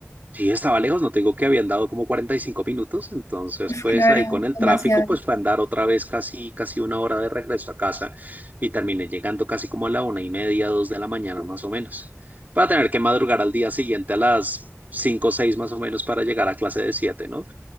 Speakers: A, on the right (about 35°); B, on the left (about 75°).
A: Sí, estaba lejos, no te digo que habían dado como 45 minutos, entonces
B: Uf,
A: pues
B: claro,
A: ahí con el
B: demasiado.
A: tráfico pues fue andar otra vez casi, casi una hora de regreso a casa y terminé llegando casi como a la una y media, dos de la mañana más o menos, para tener que madrugar al día siguiente a las cinco o seis más o menos para llegar a clase de siete, ¿no?